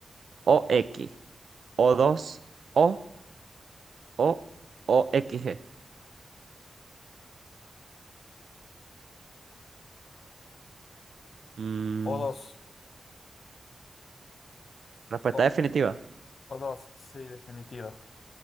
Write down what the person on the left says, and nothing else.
O dos.
O,
o dos, sí, definitivo.